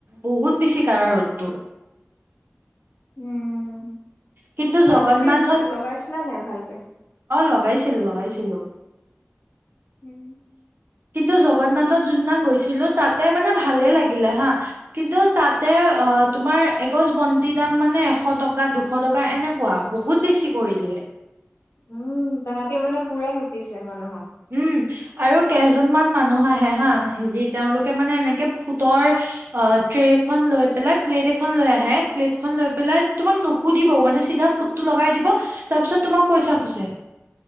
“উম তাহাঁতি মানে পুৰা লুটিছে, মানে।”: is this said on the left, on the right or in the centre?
Left